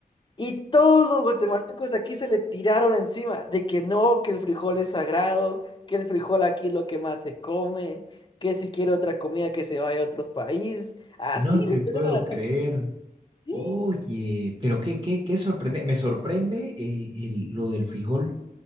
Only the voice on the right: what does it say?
No
te
puedo
creer.
Oye, pero qué, qué, qué sorprende, me sorprende eh, el- lo del frijol.